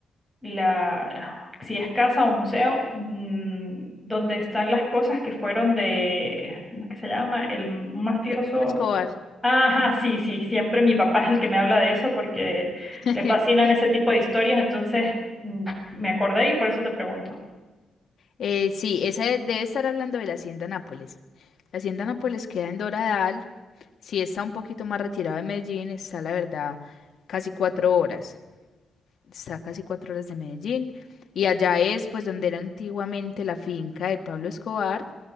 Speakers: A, in the centre; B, on the left.
A: la, si es casa o museo, mm, donde están las cosas que fueron de, ¿cómo es que se llama? El m- un mafioso.
B: De Pablo Escobar.
A: Ajá, sí, sí, siempre mi papá es el que me habla de eso porque
B: <laughs>
A: le fascinan ese tipo de historias, entonces mm, me acordé y por eso te pregunto.
B: Eh, sí, esa de- debe estar hablando de la Hacienda Nápoles. La Hacienda Nápoles queda en Doradal, sí está un poquito más retirado de Medellín, está la verdad casi cuatro horas, está casi cuatro horas de Medellín. Y allá es pues donde era antiguamente la finca de Pablo Escobar